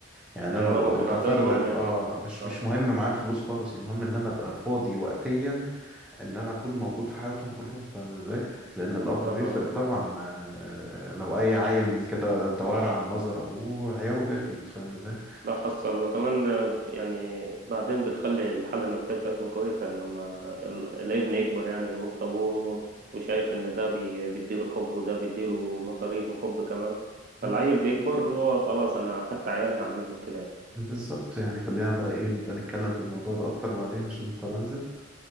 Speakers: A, in the centre; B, on the right.
A: يعني
B: أيوة
A: انا
B: مهما
A: ببقى
B: كان
A: متفرغ
B: عددهم يعني
A: اه مش
B: اه
A: مش مهم معايا الفلوس خالص المهم ان انا ابقى فاضي وقتيا ان انا اكون موجود في حياتهم كلهم فاهم ازاي لان الاب بيفرق
B: اه فاهمك
A: طبعا آه، لو اي عيل من كده توارى عن نظر ابوه عياره بيفلت فاهم ازاي
B: لا حصل لو كمان آه، يعني بعدين بتخلي الحالة النفسية بتاعتهم كويسة يعني لما ال- الابن يكبر يعني وسط أبوه وأمه وشايف إن ده بي- بيديله حب وده بيديله مصاريف وحب كمان فالعيل
A: مم.
B: بيكبر اللي هو خلاص أنا حتى عيالي هعملهم كده يعني
A: بالظبط يعني خلينا بقى ايه نبقى نتكلم في الموضوع ده اكتر بعدين عشان اضطر انزل